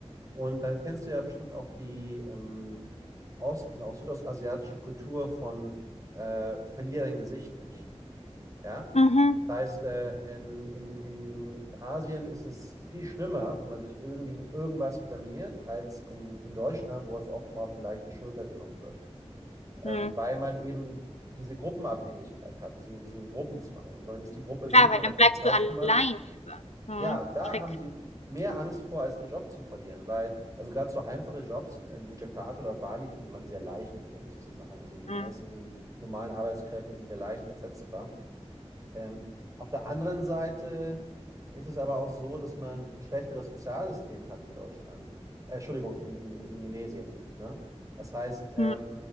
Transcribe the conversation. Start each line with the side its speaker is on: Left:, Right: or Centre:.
Right: Und dann kennst du ja bestimmt auch die, ähm, ost- und auch südostasiatische Kultur von äh, verlier dein Gesicht nicht. Ja?
Left: Mhm.
Right: Das heißt, äh, ähm, in, in, in Asien ist es viel schlimmer, wenn man sich irgendwie mit irgendwas blamiert, als in, in Deutschland, wo es oft mal auf die leichte Schulter genommen wird. Ähm,
Left: Mhm.
Right: weil man eben diese Gruppenabhängigkeit hat, diesen, diesen Gruppenzwang. Und wenn es die Gruppe
Left: Klar,
Right: sieht,
Left: weil
Right: man
Left: dann
Right: hat es
Left: bleibst
Right: was falsch
Left: du allein
Right: gemacht,
Left: über. Mhm.
Right: ja, und da
Left: Schreck.
Right: haben sie mehr Angst vor, als den Job zu verlieren, weil, also gerade so einfache Jobs in, in Jakarta oder Bali findet man sehr leicht, um ehrlich zu sein. Also die meisten
Left: Mhm.
Right: normalen Arbeitskräfte sind ja leicht ersetzbar. Ähm, auf der anderen Seite ist es aber auch so, dass man ein schlechteres Sozialsystem hat in Deutschland. Äh, Entschuldigung, in, in, in Indonesien. Ne? Das heißt, ähm,
Left: Mhm.